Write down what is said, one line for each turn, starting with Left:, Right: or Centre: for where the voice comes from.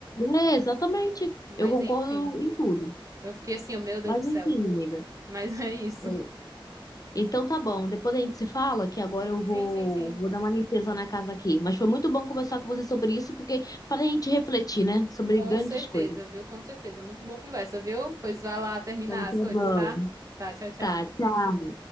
Left: É, exatamente.
Right: Mas
Left: Eu concordo
Right: enfim,
Left: em tudo.
Right: eu fiquei assim, oh, meu Deus
Left: Mas
Right: do céu.
Left: enfim, minha amiga.
Right: <laughs> Mas é isso.
Left: é, Então tá bom, depois a gente se fala que agora eu
Right: Sim,
Left: vou,
Right: sim, sim.
Left: vou dar uma limpeza na casa aqui. Mas foi muito bom conversar com você sobre isso, porque faz a gente refletir, né? Sobre
Right: Com
Left: grandes
Right: certeza,
Left: coisas.
Right: viu? Com certeza. Muito boa conversa, viu? Pois vai lá terminar
Left: Então
Right: as
Left: tá
Right: coisas,
Left: bom.
Right: tá? Tá, tchau, tchau.
Left: Tá, tchau.